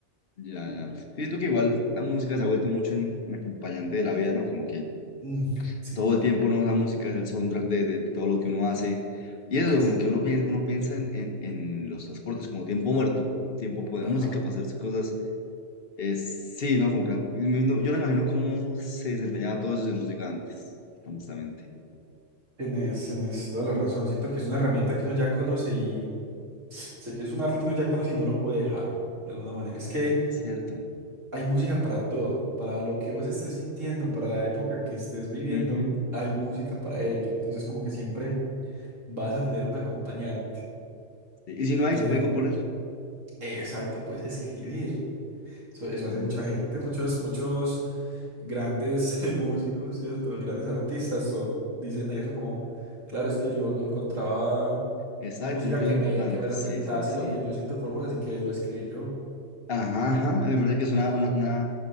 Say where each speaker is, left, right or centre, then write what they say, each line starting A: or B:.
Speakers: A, on the left (about 55°); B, on the right (about 85°).
A: Ya, ya. Siento que
B: Ujú.
A: igual la música se ha vuelto mucho un acompañante de la vida, ¿no? Como que
B: Mm, sí,
A: todo el tiempo uno, la música es el soundtrack de, de todo lo que uno hace. Y eso,
B: es,
A: como que uno piensa, uno piensa en, en, en los transportes como tiempo muerto, tiempo de
B: ajá.
A: música para hacer cosas. Es, sí, ¿no? Como que, la- me- no, yo no imagino cómo se desempeñaba todo eso sin música antes, honestamente.
B: Tienes, tienes toda la razón. Siento que es una herramienta que uno ya conoce y <tsk> se- es un arte que uno ya conoce y no lo puede dejar. De alguna manera. Es que
A: Cierto.
B: hay música para todo, para lo que vos estés sintiendo, para la época que estés viviendo,
A: Ujú.
B: hay música para ello. Entonces, como que siempre vas a tener un acompañante.
A: Sí, Y si no hay,
B: Ese.
A: se puede componer.
B: Exacto, puedes escribir. Eso, eso
A: Ujú.
B: hace mucha gente, muchos, muchos grandes <laughs> eh, músicos, ¿cierto? Grandes artistas son, dicen eso como, claro, es que yo no encontraba
A: Exacto,
B: música
A: yo creo que
B: que
A: es lo
B: me,
A: importante.
B: que me representase
A: Sí, sí, sí.
B: lo que yo siento por vos, así que lo escribí yo.
A: Ajá, ajá. Me parece que es
B: Ajá,
A: una, una, una,